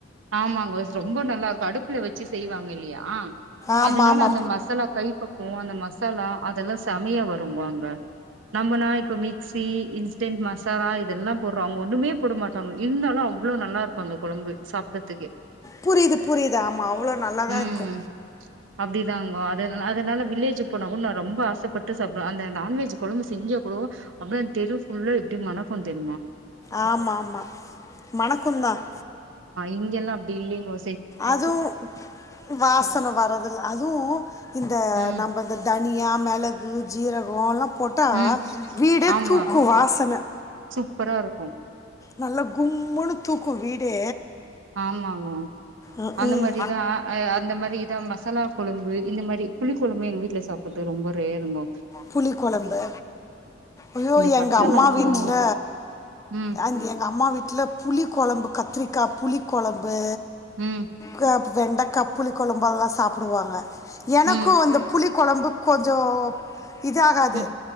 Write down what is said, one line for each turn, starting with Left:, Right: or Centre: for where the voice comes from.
Right: ஆமாங்கோ ரொம்ப நல்லா இருக்கு அடுப்புல வெச்சு செய்வாங்க இல்லையா
Left: ஆமா
Right: அதனால
Left: ஆமா
Right: அந்த மசாலா கைப்பக்கு அந்த மசாலா அதெல்லா செமையா வரும்னுவாங்க நம்மனா இப்ப மிக்சி இன்ஸ்டன்ட் மசாலா இதெல்லா போடுறோ அவங்க ஒண்ணுமே போட மாட்டாங்க இருந்தாலு அவ்ளோ நல்லா இருக்கும் அந்த கொழம்பு க்கு
Left: புரியுது புரியுது ஆமா அவ்ளோ நல்லாதா
Right: உம்
Left: இருக்கு
Right: அப்படிதாங்க அத அதனால மிக் வில்லேஜ் போனா கூட நான் ரொம்ப ஆசப்பட்டு சாப்பிடுவேன் அந்த நான்வெஜ் கொழு செஞ்ச கூட அப்ப அ தெரு தெரு ஃபுல்லா எப்படி மனக்கு தெரியும்
Left: ஆமா ஆமா மணக்குந்தான்
Right: இங்கெல்லாம் அப்படி இல்லைங்கொ
Left: அதுவும் வாசன வரதுல அதுவும் இந்த
Right: ம்
Left: நம்ம இந்த தனியா மெளகு ஜீரக கோ லா போட்டா
Right: ம்.
Left: வீடே
Right: ஆமா
Left: தூக்கும் வாசன
Right: சூப்பரா இருக்கும்
Left: நல்லா கும்முன்னு தூக்கும் வீடே
Right: ஆமாங்கோ
Left: ம்
Right: அந்த
Left: ம்
Right: மாதிரிதான் அஹ் அந்த மாதிரி இதான் மசாலா கொழம்பு இந்த மாரி புளி குழம்பு எங்க வீட்டுல சாப்பறது ரொம்ப ரேருங்க
Left: புளி கொழம்பு ஐயோ
Right: இந்த பட்ட
Left: எங்க அம்மா
Right: லவங்கோ
Left: வீட்ல
Right: ம்
Left: அங் எங்க அம்மா வீட் ல புளி கொழம்பு கத்திரிக்கா புளி கொழம்பு
Right: உம்
Left: க வெண்டக்கா புளி கொழம்பு அதெல்லா சாப்பிடுவாங்க எனக்கு
Right: ம்
Left: அந்த புளி கொழம்பு கொஞ்சோ இது ஆகாது
Right: ம்